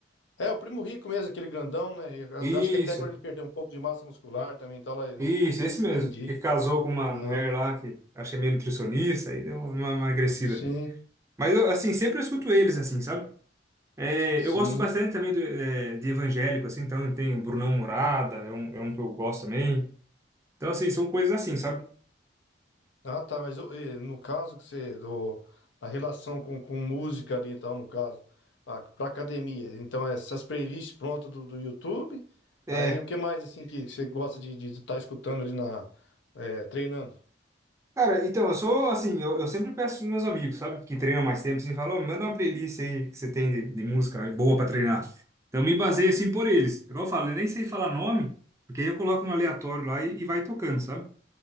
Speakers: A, on the left; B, on the right.
A: é o Primo Rico mesmo, aquele grandão, né? E a-
B: Isso,
A: Acho que até agora ele perdeu um pouco de massa muscular também, e tal lá. ele-
B: isso, esse mesmo.
A: Entendi.
B: Que casou com uma
A: Ah,
B: mulher lá que acho que é meio nutricionista e deu uma emagrecida.
A: sim,
B: Mas eu, assim, sempre eu escuto eles, assim, sabe? É,
A: sim.
B: eu gosto bastante também do- é, de evangélico, assim, então tem o Brunão Murada, é um, é um que eu gosto também. Então, assim, são coisas assim, sabe?
A: Ah, tá, mas ô, eh, no caso que você do na relação com, com música ali e tal, no caso, a, pra academia. Então, essas playlists prontas do, do YouTube.
B: É,
A: Aí o que mais assim que, que você gosta de estar escutando ali na eh, treinando?
B: Cara, então, eu sou assim, eu, eu sempre peço pros meus amigos, sabe? Que treinam mais tempo, assim, falam, "Ô, manda uma playlist aí que você tem de, de música aí, boa pra treinar. Então, eu me baseio assim por eles. Igual eu falo, eu nem sei falar nome, porque aí eu coloco no aleatório lá e, e vai tocando, sabe?